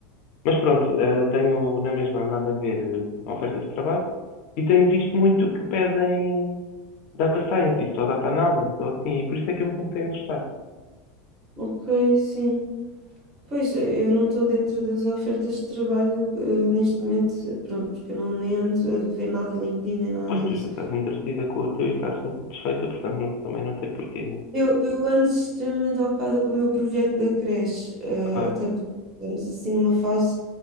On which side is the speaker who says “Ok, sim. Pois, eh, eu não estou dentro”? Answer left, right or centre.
Right